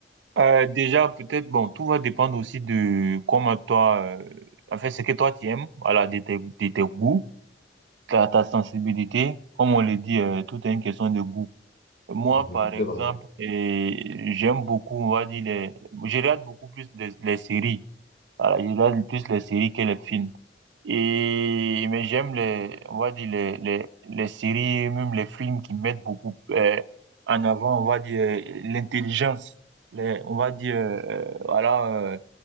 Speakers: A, on the right; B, on the left.
A: Euh, déjà, peut-être, bon, tout va dépendre aussi de comment toi, euh, en fait, ce que toi tu aimes, voilà, de tes, de tes goûts, ta, ta sensibilité. Comme on le dit, euh, tout est une question de goût. Moi,
B: Mhm.
A: par exemple,
B: C'est vrai.
A: euh, j'aime beaucoup, on va dire, les, je regarde beaucoup plus les, les séries. Voilà, je regarde plus les séries que les films. Et, mais j'aime les, on va dire les, les, les séries, même les films qui mettent beaucoup euh, en avant, on va dire, euh, l'intelligence, les, on va dire, euh, voilà, euh,